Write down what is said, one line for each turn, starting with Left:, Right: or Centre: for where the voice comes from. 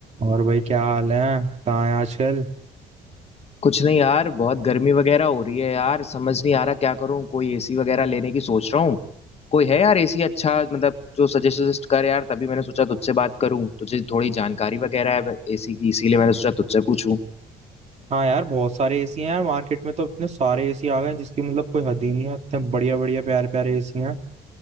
Right: और भाई क्या हाल है कहाँ है आजकल
Left: कुछ नहीं यार बहुत गर्मी वगैरह हो रही है यार समझ नहीं आ रहा क्या करूं कोई एसी वगैरह लेने की सोच रहा हूँ कोई है यार एसी अच्छा मतलब जो सजेस्ट सजेस्ट कर यार तभी मैंने सोचा तुझसे बात करूं तुझे थोड़ी जानकारी वगैरह है एसी की इसीलिए मैंने सोचा तुझसे पूछूं
Right: हाँ यार बहुत सारे एसी हैं यार मार्केट में तो इतने सारे एसी आ गए हैं जिसकी मतलब कोई हद ही नहीं है इतने बढ़िया बढ़िया प्यारे प्यारे एसी हैं